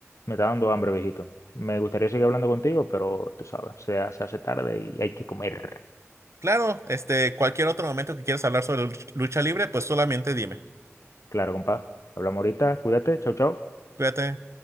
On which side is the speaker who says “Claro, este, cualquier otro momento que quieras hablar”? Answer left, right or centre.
Right